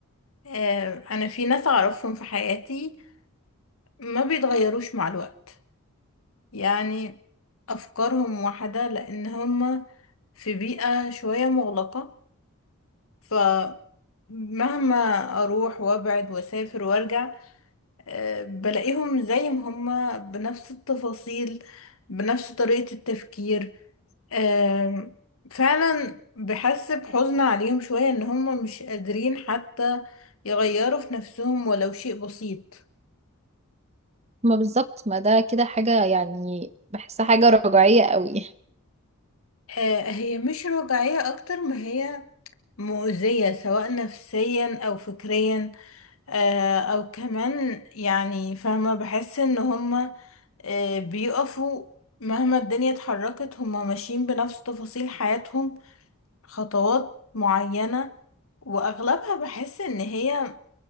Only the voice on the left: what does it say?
آه انا في ناس اعرفهم في حياتي ما بيتغيروش مع الوقت يعني افكارهم واحدة لان هما في بيئة شوية مغلقة فمهما اروح وابعد واسافر وارجع آه، بلاقيهم زي ما هما بنفس التفاصيل بنفس طريقة التفكير آم، فعلا بحس بحزن عليهم شوية ان هما مش قادرين حتى يغيروا في نفسهم ولو شيء بسيط
آه، هي مش رجعية اكتر ما هي مؤذية سواء نفسيا او فكريا آه، او كمان يعني فاهمة بحس ان هما آه، بيقفوا مهما الدنيا اتحركت هما ماشيين بنفس تفاصيل حياتهم خطوات معينة وأغلبها بحس إن هي